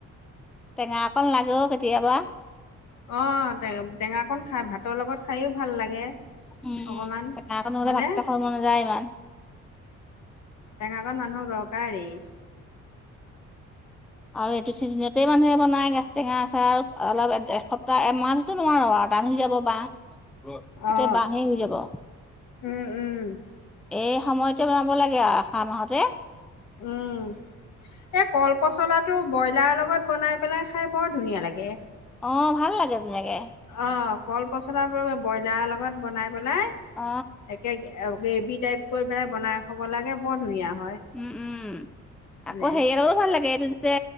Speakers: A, in the centre; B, on the left (about 70°).
A: টেঙা অকন লাগে কেতিয়াবা
B: অ, টেঙাকন খাই ভাতৰ লগত খাইয়ো ভাল লাগে।
A: উম,
B: অকণমান
A: উ, টেঙা নহলে
B: হয়নে
A: ভাতকেইটা খাব মনযায় ইমান
B: টেঙাকন মানুহক দৰকাৰেই
A: আৰু এইটো চিজনতেই মানুহে বনাই গাজ টেঙা আচাৰ আৰু অলপ এসপ্তাহ এমাহতো নোৱাৰো আৰু বাঁহ হৈ যাব বাঁহ গোটেই
B: অ
A: বাঁহেই হৈ যাব।
B: উম উম
A: এই সময়তে বনাব লাগে আৰু আৰু অহা মাহতে
B: উম এই কল পচলাটো ব্ৰইলাৰৰ লগত বনাই পেলাই খাই বৰ ধুনীয়া লাগে।
A: অঁ, ভাল লাগে ধুনীয়াকৈ
B: অ, কল পচল বোৰ ব্ৰইলাৰ লগত বনাই পেলাই
A: অ
B: একে গ্ৰেভি টাইপ কৰি পেলাই বনাই খাব লাগে বৰ ধুনীয়া হয়।
A: উম, উম,
B: মানে
A: আকৌ হেৰিয়ো ভাল লাগে এইটো যে